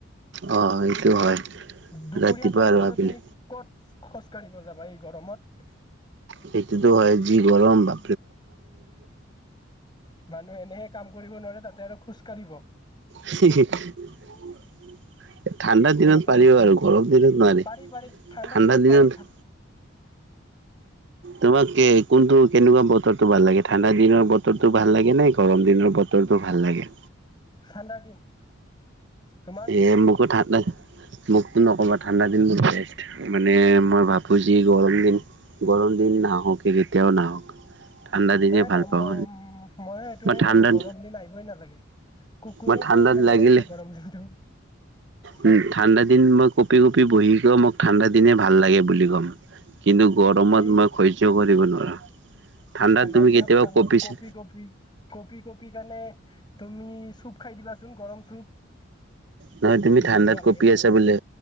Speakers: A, on the right; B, on the left.
A: অ সেইটো হয়
B: দুপৰীয়া
A: ৰাতিপুৱা
B: টাইমত আৰু
A: ভাবিলে
B: তুমি ক'ত। খোজ কাঢ়িব যাবা এই গৰমত।
A: সেইটোতো হয় যি গৰম বা
B: মানুহ এনেহে কাম কৰিব নোৱাৰে তাতে আৰু খোজ কাঢ়িব।
A: <unintelligible> ঠাণ্ডা দিনত
B: এনেকুৱা
A: পাৰিব
B: বস্তু মানে
A: আৰু গৰম দিনত নোৱাৰি,
B: পাৰি পাৰি ঠাণ্ডাৰ
A: ঠাণ্ডা দিনত
B: পাৰি
A: তোমাক কে কোনটো কেনেকুৱা বতৰো ভাল লাগে ঠাণ্ডা দিনৰ বতৰো ভাল লাগে নে গৰম দিনৰ বতৰটো ভাল লাগে।
B: ঠাণ্ডাৰ দিন। তোমাৰ
A: এ মোকো ঠাণ্ডা মোকতো নক'বা ঠাণ্ডা দিন বোৰ বেষ্ট, মানে মই ভাবো যি গৰম দিন গৰম দিন নাহওঁকে কেতিয়াও নাহক। ঠাণ্ডা
B: <unintelligible>
A: দিনে
B: ম-
A: ভাল পাওঁ
B: ম- ময়ো সেইটোৱে
A: মই ঠাণ্ডাত
B: ভাবো গৰম দিন আহিবই নালাগে। কু কোনে
A: মই ঠাণ্ডাত
B: যে মানে বনাইছে
A: লাগিলে
B: গৰম দিনটো। হয়
A: উম, ঠাণ্ডা দিন মই কঁপি কঁপি বহিগে মোক ঠাণ্ডা দিন ভাল লাগে বুলি ক'ম, কিন্তু গৰমত
B: এই
A: মই সহ্য কৰিব নোৱাৰো। ঠাণ্ডাত
B: ঠাণ্ডাৰ
A: তুমি
B: দিনত
A: কেতিয়াবা
B: ক
A: কঁপিছা
B: কঁপি কঁপি, কঁপি কঁপি কাৰণে তুমি চুপ খাই দিবাচোন গৰম চুপ।
A: নহয় তুমি
B: কি
A: ঠাণ্ডাত
B: বঢ়িয়া
A: কপি
B: লাগে
A: আছা বোলে,